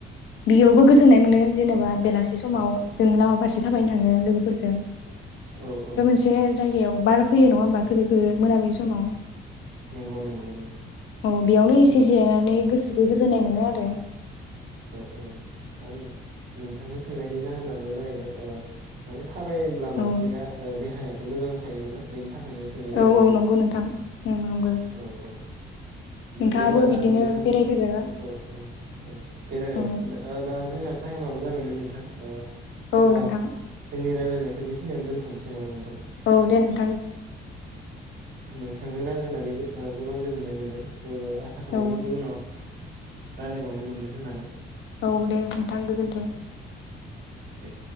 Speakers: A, on the left (about 80°); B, on the right (about 55°).
A: बेयावबो गोजोननाय मोनो जेनेबा बेलासि समाव जों लामा फारसे थाबायनो थाङो लोगोफोर जों
B: थाङो लोगोफोरजों
A: <unintelligible> से जायगायाव बार फैयो नङा होमबा खोलो खोलो मोनाबिलि समाव
B: नंगौ नंगौ नंगौ
A: औ बेयावनो
B: फैयो
A: एसे जिरायनानै गोसोखौ गोजोननाय मोनो आरो
B: औ औ आं नोंथांखो सोंनायनि जाहोनानो जाहैबाय ओ माने थाबायब्ला मानसिया
A: औ
B: ओ देहाया मोजांखायोमोन ना बे थाखायनो सोंनाय जादोंमोन
A: औ औ
B: आरो
A: नंगौ नोंथां ओं नंगौ
B: औ औ
A: नोंथाङाबो
B: दे होमबा दा
A: बिदिनो
B: नोंथां
A: बेरायफेरबायबा
B: औ औ औ बेरायबायमोन
A: औ
B: दा दा जोंना टाइमाबो जाबायमोन नोंथां
A: औ
B: बा
A: नोंथां
B: जोंनि रायलायनाय बेखिनियाव दोनथ'सै नामाोंथां
A: औ दे नों
B: नोंथांजों राय्लायनानै गोबां गोजोननाय मोन्दों आसा खालामो
A: औ
B: इयुनाव राय्लायबावनो मोनगोन होननानै
A: औ दे नोंथां गोजोन्थों
B: दे